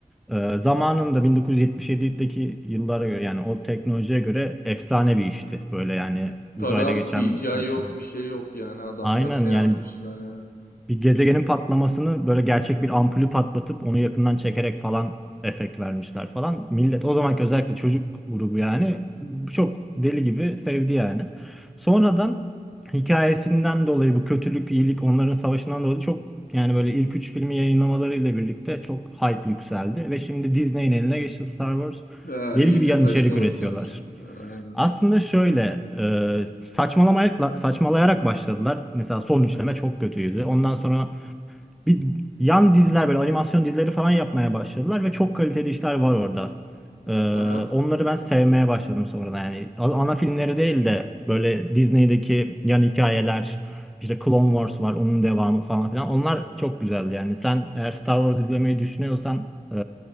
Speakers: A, in the centre; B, on the left (about 80°).
A: e, zamanında 1977'deki yıllara göre yani o teknolojiye göre efsane bir işti. Böyle yani
B: Tabii
A: uzayda
B: abi
A: geçen
B: CGI
A: bir film.
B: yok bir şey yok yani adamlar
A: Aynen
B: şey
A: yani
B: yapmışlar ya.
A: bir gezegenin patlamasını böyle gerçek bir ampulü patlatıp onu yakından çekerek falan efekt vermişler falan. Millet o zamanki özellikle çocuk grubu yani çok deli gibi sevdi yani. Sonradan hikayesinden dolayı bu kötülük, iyilik onların savaşından dolayı çok yani böyle ilk üç filmi yayınlamalarıyla birlikte çok hype yükseldi ve şimdi Disney'in eline geçti Star Wars.
B: Ha,
A: Deli
B: iyice
A: gibi yan
B: saçmaladılar
A: içerik üretiyorlar.
B: şimdi. Aynen.
A: Aslında şöyle e, saçmalamayarak, saçmalayarak başladılar. Mesela son üçleme
B: Hı hı.
A: çok kötüydü. Ondan sonra bir yan diziler böyle animasyon dizileri falan yapmaya başladılar ve çok kaliteli işler var orada. E,
B: Aha.
A: onları ben sevmeye başladım sonradan. Yani a- ana filmleri değil de böyle Disney'deki yan hikayeler, işte Clone Wars var, onun devamı falan filan. Onlar çok güzeldi yani. Sen eğer Star Wars izlemeyi düşünüyorsan e,